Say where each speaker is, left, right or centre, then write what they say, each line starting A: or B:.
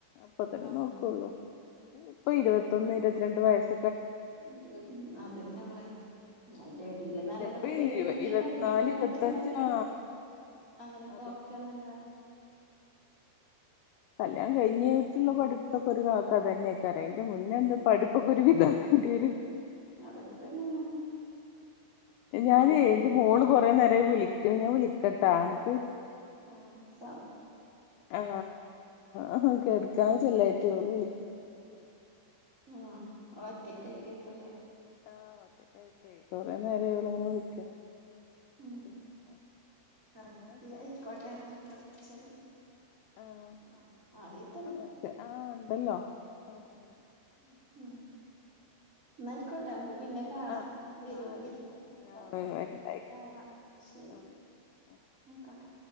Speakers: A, on the left; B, on the right.
A: അപ്പൊ തന്നെ
B: ആഹ്
A: നോക്കുള്ളൂ ഇപ്പൊ ഇരുപത്തൊന്ന് ഇരുപത്തിരണ്ട് വയസ്
B: ഇരുപത് അതന്നെയുള്ളേ അതിന്റെ എടേൽ നല്ലതൊക്കെ
A: ചെലപ്പോ
B: വരിയാണെങ്കിൽ
A: ഇരുപത്തിനാല്
B: പഠിപ്പിക്ക ക്കണോലൊക്കെ
A: ഇരുപത്തഞ്ച്
B: ഉണ്ടാക്കി
A: ആ
B: അങ്ങനെയൊക്കെ
A: അതന്നെ
B: നോക്കാന്നല്ലാതെ
A: കല്യാണം കഴിഞ്ഞ്ട്ട്ള്ള പഠിത്തൊക്കെ ഒരു കാലത്ത് അതന്നെയ പറയണ്ട അതിന്റെ
B: അതൊക്കെ
A: മുന്നേ എന്താ പടിപൊക്കോരുവിധാക്കേണ്ടി
B: അതൊക്കെ തന്നെ
A: വരും
B: അതൊക്കെ തന്നെയാണ്
A: ഞാനെ
B: ഡിഗ്രിയില്
A: എന്റെ മോള് കൊറേ നേരായി വിളിക്ക്ണ് ഞാൻ വിളിക്കട്ടാ അനക്ക്
B: മ് ശ
A: ആ ആ കെട്ക്കാൻ ചെല്ലാഞ്ഞിട്ട് ഓള് വിളിക്ക്ണ്ട് ന്നാ ശരി
B: മ് ഓളൊറ്റക്കായിറ്റേക്കും ല്ലേ
A: ആ ഒറ്റക്കായിട്ടേ കൊറേ നേരായി ഓള്ങ്ങനെ വിളിക്ക്ണ്
B: മ്
A: പിന്നെ
B: കറക്റ്റ്
A: എന്നാ ആയിക്കോട്ടെ
B: അയ്ക്കോട്ടേല്ലാണ്ട് കൊറച്ചേരൊന്ന്
A: ആഹ്
B: ആ ആ ആയെതൊടങ്ങി
A: ആഹ് ആഹ് ഉണ്ടല്ലോ ആഹ് ആഹ്
B: മ് ന്നാ അയ്കോട്ടെ മ്മക്ക് പിന്നെ കാണാ
A: ആഹ് ആഹ്
B: വരോണ്ടി
A: ആഹ് പിന്നെ
B: അപ്പൊ
A: ആഹ് വരുണ്ടായിക്കോട്ടെ
B: കാണാ ശരി
A: ആഹ്
B: ന്നാ അയ്ക്കോട്ടെ